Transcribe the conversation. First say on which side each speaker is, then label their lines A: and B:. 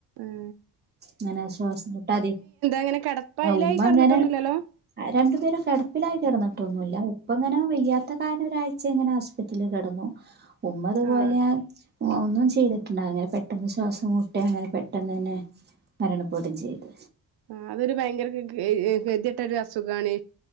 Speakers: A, on the right; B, on the right.
A: ആ
B: അങ്ങനെ ശ്വാസം കൂട്ടാതി
A: ഇങ്ങനെ കിടപ്പയിലായി
B: ഉമ്മ
A: കിടന്നിട്ടൊന്നുല്ലല്ലോ
B: അങ്ങനെ രണ്ടുപേരും കിടപ്പിലായി കിടന്നിട്ടൊന്നുമല്ല അപ്പ ഇങ്ങനെ വെയ്യാത്ത കാരാലം ഒരാഴ്ച ഇങ്ങനെ ഹോസ്പിറ്റലിൽ കിടന്നു ഉമതു പോോലെ
A: ആഹ്
B: ഒന്നും ചെയ്തിട്ടുണ്ടായിരുന്നില പെട്ടെന്ന് ശ്വാസം മുട്ടി അങ്ങനെ പെട്ടെന്നന്നെ മരണപ്പെടും ചെയ്ത്
A: ആ അതൊരു ഭയങ്കര ക് ക് ഏ കത്യെട്ട ഒരു അസുഖാണെ